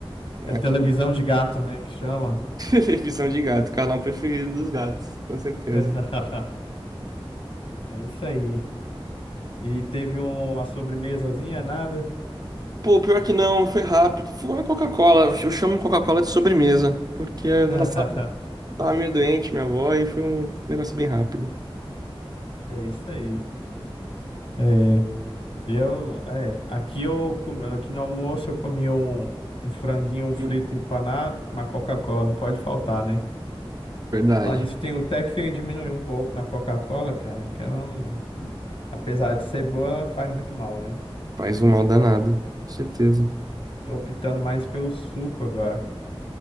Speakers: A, on the right (about 40°); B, on the left (about 70°).
A: naquele
B: É televisão de gato, né, que chama?
A: <laughs> televisão de gato, canal preferido dos gatos, com certeza.
B: <laughs> É isso aí. E teve um, a sobremesazinha, nada?
A: Pô, pior que não, foi rápido. Foi uma Coca-Cola, eu chamo Coca-Cola de sobremesa, porque ela
B: <laughs>
A: estava meio doente, minha avó, e foi um negócio bem rápido.
B: É isso aí. É. Eu, é, aqui eu, comi- aqui no almoço eu comi um, um franguinho um frito
A: Sim.
B: empanado, uma Coca-Cola, não pode faltar, né?
A: Verdade.
B: Falar nisso, tem o até que diminuir um pouco na Coca-Cola, cara, que ela, não- apesar de ser boa, ela faz muito mal, né?
A: Faz um mal danado, com certeza.
B: Tô optando mais pelo suco agora.